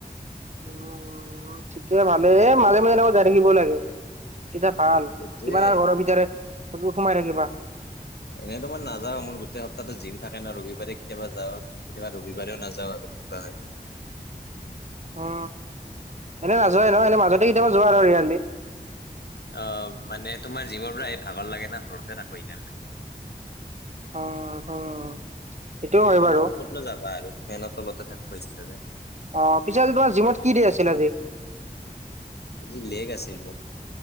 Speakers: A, on the right; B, on the left.
A: উম ঠিকে ভালে মাজে মাজে যাই থাকিবও লাগে। তেতিয়া ভাল
B: সেইটোয়ে
A: কিমান আৰু ঘৰৰ ভিতৰে ত সোমাই থাকিবা।
B: এনেতো মই নাযাও মোৰ গোটেই সপ্তাহটো জিম থাকে ন ৰবিবাৰে কেতিাবা যাওঁ কেতিয়াবা ৰবিবাৰেও নাযাও আৰু কিবা হয়
A: অ এনেই নাযোৱাই ন এনে মাজতে কেতিয়াবা যোৱা আৰু ৰিয়ালি
B: আহ মানে তোমাৰ জিমৰ পৰা এই ভাগৰ লাগে ন ঘৰতে থাকো সেই কাৰণে।
A: উম হুম সেইটোও হয়
B: এই গৰমত
A: বাৰু
B: ক'তনো যাবা আৰু ফেনৰ তলতে থাকিব ইচ্ছা যে।
A: অ পিছো আজি তোমাৰ জিমত কি দি আছিল আজি?
B: আজি লেগ আছিল মোৰ।